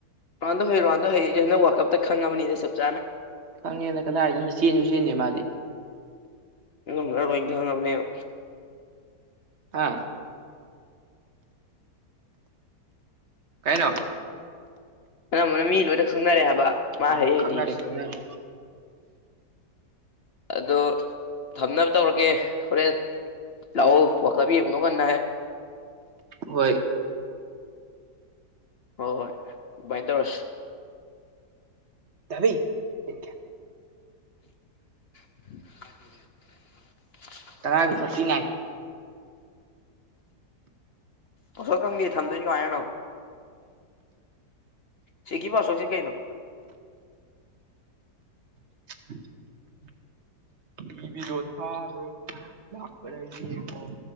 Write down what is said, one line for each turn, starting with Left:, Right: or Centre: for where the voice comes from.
Left: ꯔꯥꯎꯟꯗꯣ ꯍꯩꯌꯦ ꯔꯥꯎꯟꯗꯣ ꯍꯩꯌꯦ ꯍꯟꯗꯛ ꯋꯥꯔꯜ ꯀꯞꯇ ꯈꯪꯉꯕꯅꯤꯗ ꯆꯞ ꯆꯥꯅ꯫
Right: ꯈꯪꯉꯦꯅ ꯀꯗꯥꯏꯗꯩꯅꯣ ꯆꯦꯟꯖꯨ ꯆꯦꯟꯗꯦ ꯃꯥꯗꯤ꯫
Left: ꯄꯨꯝꯅꯃꯛꯅ ꯂꯣꯏꯅ ꯈꯪꯉꯕꯅꯦꯕ
Right: ꯍꯥ ꯀꯩ ꯍꯥꯏꯅꯣ ꯫
Left: ꯑꯅꯝꯕꯅ ꯃꯤ ꯂꯣꯏꯅ ꯈꯪꯅꯔꯦ ꯍꯥꯏꯕ ꯃꯥ
Right: ꯑꯥ
Left: ꯍꯩ ꯍꯩꯇꯦꯁꯦ꯫
Right: ꯈꯪꯅꯔꯦ ꯈꯪꯅꯔꯦ
Left: ꯑꯗꯣ ꯊꯝꯅꯕ ꯇꯧꯔꯒꯦ ꯍꯣꯔꯦꯟ꯫ ꯂꯥꯛꯑꫭ ꯋꯥꯜ ꯀꯞ ꯌꯦꯡꯕꯗꯣ ꯉꯟꯅ ꯍꯦꯛ
Right: ꯍꯣꯢ
Left: ꯍꫭ ꯍꯣꯏ ꯗꯨꯃꯥꯏ ꯇꯧꯔꯁꯤ꯫
Right: ꯊꯥꯕꯤ ꯃꯤꯅꯤꯠ ꯀꯌꯥ
Left: <inaudible>
Right: ꯇꯔꯥ ꯃꯤꯅꯤꯠ ꯐꯣꯔꯇꯤꯅꯥꯏꯟ꯫
Left: ꯄꯥꯁꯋꯥꯔꯗ ꯈꯪꯗꯦ ꯊꯝꯗꯣꯏꯁꯦ ꯀꯃꯥꯏꯅꯅꯣ ꯫ ꯁꯤꯒꯤ ꯄꯥꯁꯋꯥꯔꯗ ꯁꯦ ꯀꯩꯅꯣ꯫
Right: <inaudible> ꯇꯤꯕꯤꯗꯣ ꯊꯥꯔꯣ ꯂꯥꯛꯄꯔ ꯌꯦꯡꯉꫭ꯫